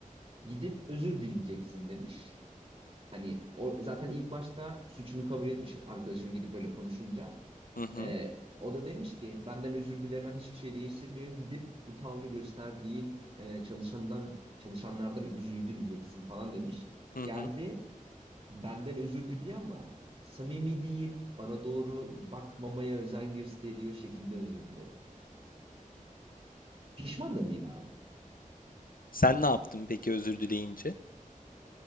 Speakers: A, on the right; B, on the left.
A: gidip özür dileyeceksin demiş. Hani o, zaten ilk başta suçunu kabul etmiş arkadaşım gidip öyle konuşunca.
B: Hı hı.
A: Ee, o da demiş ki benden özür dilemen hiçbir şey değiştirmiyor. Gidip bu tavrı gösterdiğin e, çalışandan çalışanlardan özür dileyeceksin falan demiş.
B: Hı
A: Geldi
B: hı.
A: benden özür diliyor ama samimi değil. Bana doğru bakmamaya özen gösteriyor şekilde özür diledi. Pişman da değil abi.
B: Sen ne yaptın peki özür dileyince?